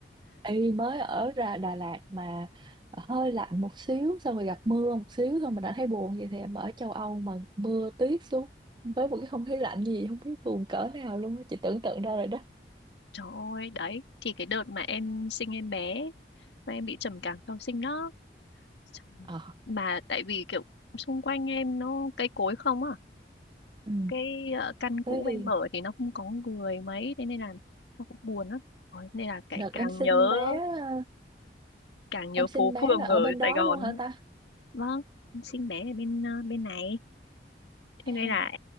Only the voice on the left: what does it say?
trời ơi đấy thì cái đợt mà em sinh em bé mà em bị trầm cảm sau sinh đó Trời,
mà tại vì kiểu xung quanh em nó cây cối không à
cái ờ, căn cũ
em ở thì nó không có người mấy thế nên là nó cũng buồn lắm Rồi, nên là cái
càng
nhớ
càng nhớ
phố
phường
ở
Sài Gòn
vâng em sinh bé ở bên ờ, bên này thế
nên là